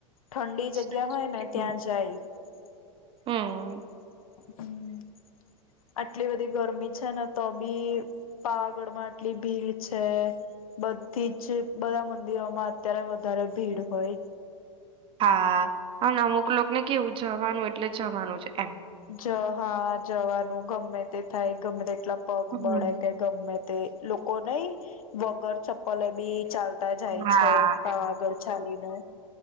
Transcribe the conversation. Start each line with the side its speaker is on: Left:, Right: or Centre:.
Left: ઠંડી જગ્યા
Right: સાચું
Left: હોય ને
Right: કીધું.
Left: ત્યાં જાય હ
Right: હમ્મ.
Left: હમ આટલી બધી ગરમી છે ને તો બી પાવાગઢમાં આટલી ભીડ છે બધી જ બધા મંદિરોમાં અત્યારે વધારે ભીડ હોય
Right: હા પણ અમુક લોકોને કેવું જવાનું એટલે જવાનું છે એમ
Left: જ હા જવાનું ગમે તે થાય ગમે એટલા પગ
Right: હમ્મ.
Left: મળળે કે ગમે લોકોક નઈ વગર ચપલે બી ચાલતા જાય
Right: હા.
Left: છે પાવાગઢ ચાલીને